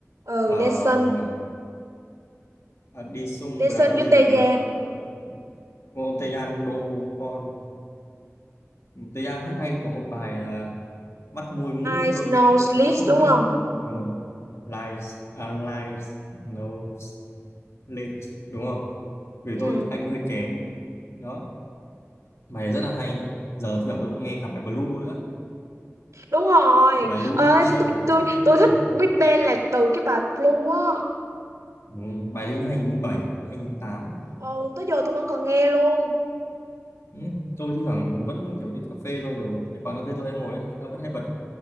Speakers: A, on the right (about 80°); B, on the left (about 60°).
A: ừ
B: ờ
A: Daesun
B: gì nhỉ à, đi sung
A: Daesun
B: với cả ông
A: với
B: gì
A: Tê Giang
B: ờ, ờ, ờ, ông Tae Yang đô con Tae Yang hát hay có một bài ờ, mắt môi mũi
A: I Snow
B: tôi
A: Sleeps
B: không
A: đúng
B: phát
A: không
B: âm đúng rồi lies à, lies nose lips đúng không vì
A: ừ
B: tôi anh hơi kém đó bài rất là hay nha giờ thưởng tôi vẫn nghe cả bài Blue nữa
A: đúng rồi
B: bài Loser
A: ơi tôi tôi
B: Factory
A: tôi thích Big Bang là từ cái bài Blue á
B: ừ, bài linh 2007 2008
A: ừ tới giờ tôi vẫn còn nghe luôn
B: ừ, tôi thi thoảng vẫn kiểu đi cà phê xong kiểu cái quán cà phê tôi hay ngồi ấy, người ta vẫn hay bật